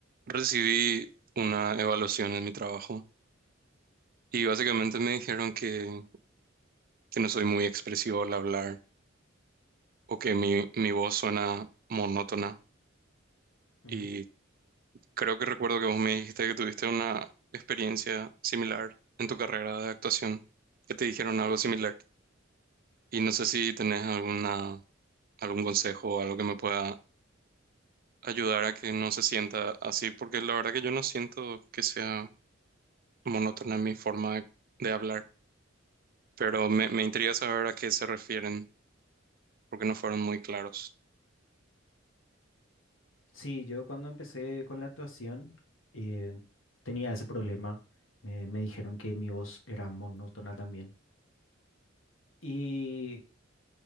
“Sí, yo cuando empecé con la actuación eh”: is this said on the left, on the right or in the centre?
Left